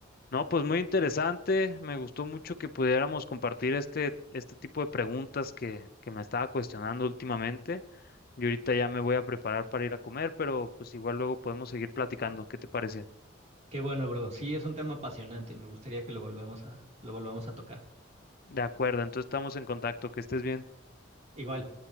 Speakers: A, on the left; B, on the right.
A: No, pues muy interesante. Me gustó mucho que pudiéramos compartir este, este tipo de preguntas que, que me estaba cuestionando últimamente. Yo ahorita ya me voy a preparar para ir a comer, pero pues igual luego podemos seguir platicando. ¿Qué te parece?
B: Qué bueno, bro. Sí, es un tema apasionante. Me gustaría que lo volvemos a, lo volvamos a tocar.
A: De acuerdo, entonces estamos en contacto. Que estés bien.
B: Igual.